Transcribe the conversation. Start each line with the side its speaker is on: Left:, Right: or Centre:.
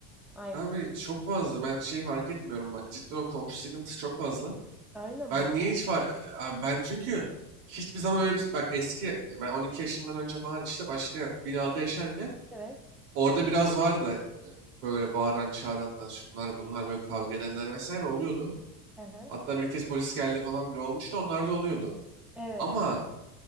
Centre: Aynen.
Right: Abi çok fazla ben şey fark etmiyorum bak cidden o komşu sıkıntısı çok fazla.
Centre: Aynen
Right: Ben
Centre: bu arada.
Right: niye hiç fa- e, abi ben çünkü hiçbir zaman öyle bir bak eski ben 12 yaşından önce falan işte başka binada yaşarken
Centre: Evet.
Right: orada biraz vardı e, böyle bağıran çağıranlar şunlar bunlar böyle kavga edenler vesaire oluyordu.
Centre: Hı hı.
Right: Hatta bir kez polis geldi falan bile olmuştu onlar da oluyordu.
Centre: Evet.
Right: Ama